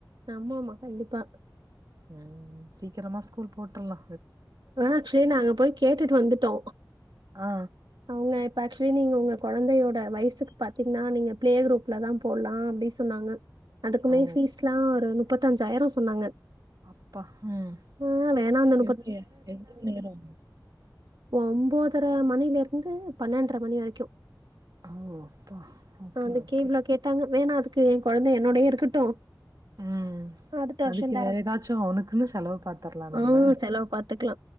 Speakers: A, on the right (about 75°); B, on the right (about 55°).
A: ஆமா ஆமா கண்டிப்பா
B: உம் சீக்கிரமா ஸ்கூல் போட்ருல்லா
A: ஆ ஆக்சுவலி நாங்க போய் கேட்டுட்டு வந்துட்டோ
B: ஆ
A: அவுங்க இப்ப ஆக்சுவலி நீங்க உங்க கொழந்தையோட வயசுக்கு பாத்தீங்னா நீங்க பிளே குரூப்ல தா போடலா அப்டி சொன்னாங்க அதுக்குமே
B: ஓ
A: ஃபீஸ்ல்லா ஒரு முப்பத்தஞ்சாயிரோ சொன்னாங்க
B: அப்பா உம்
A: ஆ, வேணா அந்த
B: எவ்ள எவ்ளோ நேரோ
A: ஒம்போதர மணில வந்து பண்னென்ர மணி வரைக்கு
B: ஓ அப்பா ஓகே
A: அந்த
B: ஓகே
A: கேவ்ல கேட்டாங்க வேணா அதுக்கு எ கொழந்த என்னோடயே இருக்கட்டு
B: ம்
A: அடுத்த வருஷோ
B: அதுக்கு
A: ரைடக்டு
B: வேற ஏதாச்சு அவனுக்குன்னு செலவு பாத்தர்லா நம்ப
A: ஆ செலவு பாத்துக்லா